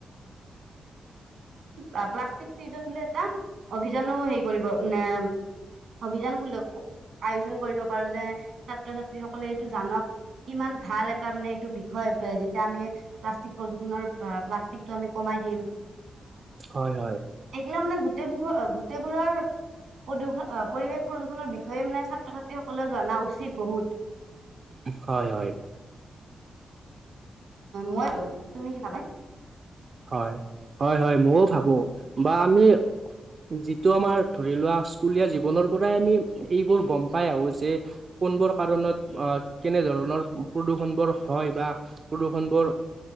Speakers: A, on the right; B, on the right.
A: হোৱা <unintelligible> ফিজন বুলে এটা অভিযানো হেৰি কৰিব মানে অভিযান সুলক্ষ আয়োজন কৰিব পাৰো যে ছাত্ৰ ছাত্ৰী সকলে এইটো জানক কিমান ভাল এটা মানে এইটো বিষয় যেতিয়া আমি প্লাষ্টিক প্ৰদূষণৰ প্লাষ্টিকটো আমি কমা দিম
B: হয় হয়
A: সেইগিলা মানে গোটেইবোৰৰ গোটেইবোৰৰ প্ৰদূষণ পৰিৱেশ প্ৰদূষণৰ বিষয়ে মানে ছাত্ৰ ছাত্ৰীসকলে জনা উচিত বহুত
B: হয় হয়
A: মইতো তুমি কি খাবা
B: হয় হয় হয় মইও ভাবো বা আমি
A: <unintelligible>
B: যিটো আমাৰ ধৰি লোৱা স্কুলীয়া জীৱনৰ পৰাই আমি এইবোৰ গম পাই আহো যে কোনব কৰণত কেনেধৰণৰ প্ৰদূৰষণ বোৰ হয় বা প্ৰদূষণ বোৰ